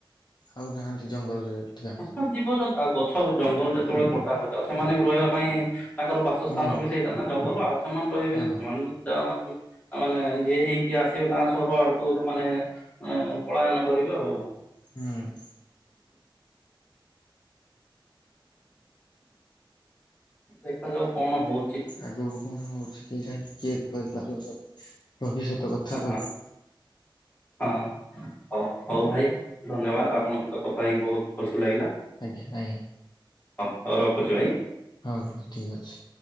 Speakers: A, on the left; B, on the left.
A: ଆଉ ନାହାନ୍ତି ଜଙ୍ଗଲରେ। ଅଧିକାଂଶ
B: ହ ଜୀିବ ଆଉ ଗଛ ଜଙ୍ଗଲ ଯେତେବେଳେ କୋଟା ହଉଥା ଆଉ ସେମାନେ ବି ରହିବା ପାଇଁ ତାଙ୍କର ବାସସ୍ଥାନ
A: ହୁଁ
B: ବି ସେଇଟା ନା ଜଙ୍ଗଲ ଆଉ ସେମାନେ ରହିବେନି
A: ହଁ
B: ସେମାନେ ତ ମାନେ ଇଏ ହେଇକି ଆସିବେ ଗାଁ ସହର ଆଡକୁ ସେମାନେ ପଳାୟନ କରି ଆଉ
A: ହୁଁ।
B: ଦେଖାଯାଉ କଣ ହଉଚି?
A: ଆଗକୁ କଣ ହଉଛି କିଏ ଜାଣି କିଏ କହିପାରିବ ଭବିଷ୍ୟତ କଥା
B: ହଁ
A: ଆଉ।
B: ହଁ। ହଉ ହଉ ଭାଇ ଧନ୍ୟବାଦ ଆପଣଙ୍କ ସହିତ କଥା ହେଇକି ବହୁତ ଖୁସି ଲାଗିଲା।
A: ଆଜ୍ଞା ଆଜ୍ଞା।
B: ହଁ ହଉ ରଖୁଛୁ ଭାଇ
A: ହଉ ଭାଇ ଠିକ୍ ଅଛି।